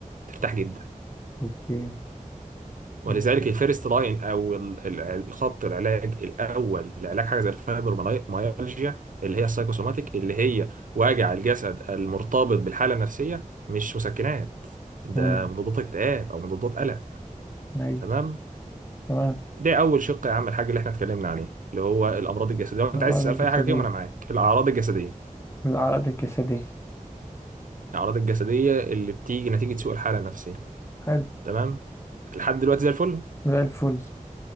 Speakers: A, on the right; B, on the left.
A: ترتاح جدا
B: أوكي
A: ولذلك
B: فهمت
A: الفيرست لاين او ال- ال- الخط العلاج الاول لعلاج حاجه زي الفايبروميالجيا اللي هي السايكوسوماتيك اللي هي وجع الجسد المرتبط بالحاله النفسيه مش مسكنات ده
B: مم.
A: مضادات اكتئاب او مضادات قلق
B: أيوة
A: تمام
B: تمام
A: ده اول شق يا عم الحاج اللي احنا اتكلمنا عليه اللي هو الامراض الجسديه لو
B: الأمراض
A: انت عايز تسال
B: الجسدية
A: في اي حاجه فيهم انا معاك الاعراض الجسديه
B: الأعراض الجسدية
A: الاعراض الجسديه اللي بتيجي نتيجه سوء الحاله النفسيه
B: حلو
A: تمام لحد دلوقتي زي الفل
B: زي الفل